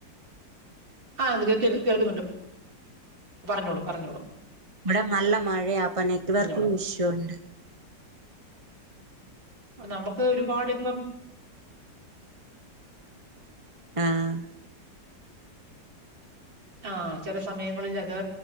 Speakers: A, on the right (about 85°); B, on the right (about 20°).
A: ആഹ് ത് കേ കേ കേൾക്കുന്നുണ്ട് പറഞ്ഞോളൂ പറഞ്ഞോളൂ
B: ഇവിടെ നല്ല മഴയാ അപ്പൊ നെറ്റ് വർക്കിങ്
A: പറഞ്ഞോളൂ
B: ഇഷ്യൂ ഉണ്ട്
A: റഞ്ഞോ നമുക്ക് ഒരുപാട് ഇപ്പം
B: ആ ആഹ്
A: ആ ചില സമയങ്ങളിൽ അത്